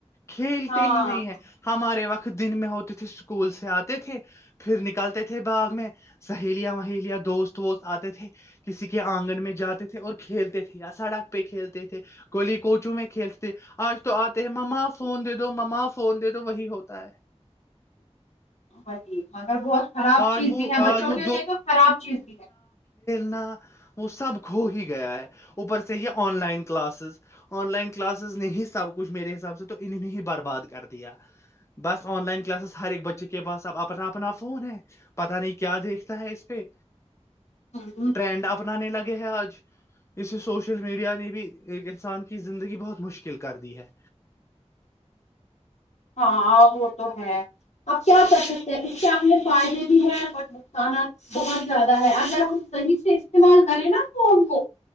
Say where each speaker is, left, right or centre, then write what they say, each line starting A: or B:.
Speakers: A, on the left (about 25°); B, on the left (about 75°).
A: کھیلتے
B: ہاں
A: ہی نہیں ہیں ہمارے وقت دن میں ہوتے تھے اسکول سے آتے تھے پھر نکلتے تھے باغ میں سہیلیاں وہیلیاں دوست وست آتے تھے کسی کے آنگن میں جاتے تھے اور کھیلتے تھے یا سڑک پہ کھیلتے تھے گلی کوچو میں کھیلتے آج تو آتے ہیں مما فون دے دو مما فون دے دو وہی ہوتا ہے
B: <inaudible> اگر بہت خراب
A: آج
B: چیز
A: وہ
B: بھی ہے
A: آج
B: بچوں
A: وہ
B: کے لیے تو خراب چیز بھی ہے
A: نا وہ سب کھو ہی گیا ہے اوپر سے یہ online classes online classes نے ہی سب کچھ میرے حساب سے تو انہ نے ہی برباد کر دیا بس آن لائن کلاسز ہر ایک بچے کے پاس اب اپنا اپنا فون ہے پتا نہیں کیا دیکھتا ہے اس پہ
B: ہے ہوں
A: ٹرنڈ اپنا نہیں لگتا ہے آج اسے سوشل میڈیا نے بھی ایک انسان کی زندگی بہت مشکل کر دی ہے
B: ہاں وہ تو ہے اب کیا کر سکتے ہیں اس کے اپنے فائدے بھی ہیں بٹ نقصانات بہت زیادہ ہے اگر ہم صحیح سے استعمال کریں نا فون کو